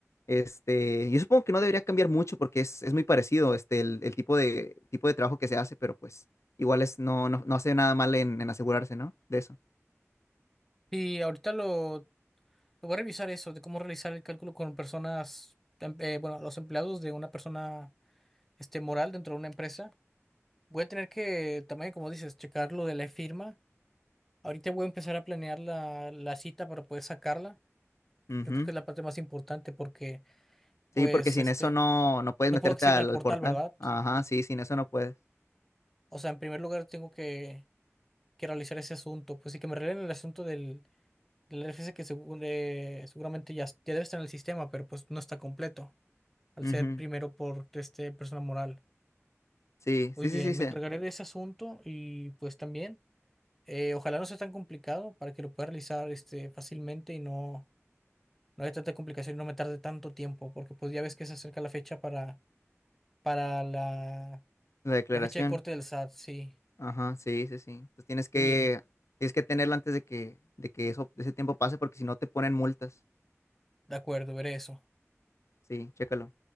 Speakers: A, on the left (about 70°); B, in the centre.
A: Este, yo supongo que no debería cambiar mucho porque es, es muy parecido, este, el, el tipo de, tipo de trabajo que se hace, pero pues igual es, no, no, no hace nada mal en, en asegurarse, ¿no? De eso.
B: Y ahorita lo Voy a revisar eso de cómo realizar el cálculo con personas, em- eh, bueno, los empleados de una persona este, moral dentro de una empresa. Voy a tener que también, como dices, checar lo de la firma. Ahorita voy a empezar a planear la, la cita para poder sacarla.
A: Ujú.
B: Yo creo que es la parte más importante porque, pues,
A: Sí, porque sin
B: este,
A: eso no, no puedes
B: no
A: meterte
B: puedo acceder
A: al,
B: al
A: al
B: portal,
A: portal.
B: ¿verdad?
A: Ajá, sí, sin eso no puedes.
B: O sea, en primer lugar tengo que, que realizar ese asunto. Pues sí que me revelen el asunto del, del RFC que según, eh, seguramente ya, ya debe estar en el sistema, pero pues no está completo. al
A: Ujú.
B: ser primero por este persona moral.
A: Sí,
B: Muy
A: sí,
B: bien,
A: sí, sí,
B: me
A: sí,
B: encargaré de ese asunto y pues también, eh, ojalá no sea tan complicado para que lo pueda realizar este fácilmente y no, no haya tanta complicación y no me tarde tanto tiempo, porque pues ya ves que se acerca la fecha para, para la,
A: La declaración.
B: la fecha de corte del SAT, sí.
A: Ajá, sí, sí, sí. Entonces tienes que,
B: Muy bien,
A: tienes que tenerlo antes de que, de que eso, ese tiempo pase, porque si no te ponen multas.
B: de acuerdo, veré eso.
A: Sí, chécalo.